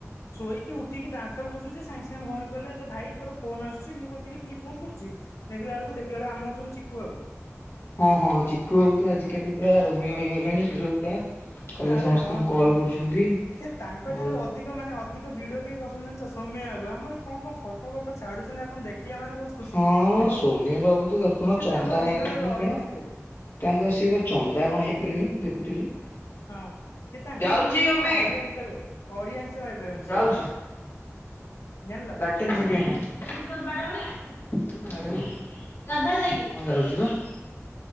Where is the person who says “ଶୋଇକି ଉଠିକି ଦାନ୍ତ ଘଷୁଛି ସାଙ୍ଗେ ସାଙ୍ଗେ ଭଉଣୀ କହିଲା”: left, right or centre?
Left